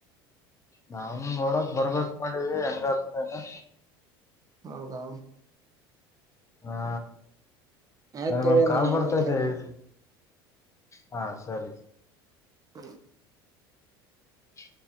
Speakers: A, on the left; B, on the right.
A: ನಾವ ನೋಡಕ್ ಬರ್ಬೇಕಕ್ ಮಾಡೀವಿ ಹೆಂಗ ಆತದ ಏನೋ.
B: ಹೌದಾ.
A: ಹಾ
B: ಆಯ್ತತೋಳ
A: ನನಗೊಂದ್
B: ಅಮಲ
A: ಕಾಲ್ ಬರ್ತೈತೆ
B: ಕಾಲ್
A: ಹೇಳ್ರಿ ಹಾ ಸರಿ.
B: ಸರಿ.
A: ಹ